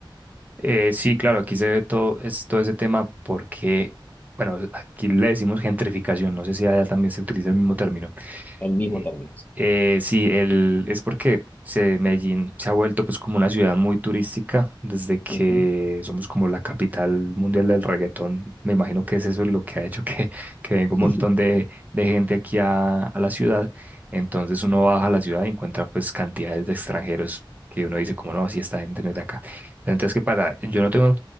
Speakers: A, on the right (about 20°); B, on the left (about 20°).
A: Eh, sí, claro, aquí se ve todo, es, todo ese tema porque, bueno, aquí le decimos gentrificación. No sé si allá también se utiliza el mismo término.
B: El mismo
A: Eh,
B: término.
A: eh, sí, el, es porque se, Medellín se ha vuelto pues como una ciudad muy turística desde que
B: Ujú.
A: somos como la capital mundial del reggaetón. Me imagino que es eso lo que ha hecho que, <laughs> que venga un montón
B: <laughs>
A: de, de gente aquí a, a la ciudad. Entonces uno baja a la ciudad y encuentra pues cantidades de extranjeros que uno dice como no, si esta gente no es de acá. Pero entonces, ¿qué pasa? Yo no tengo... O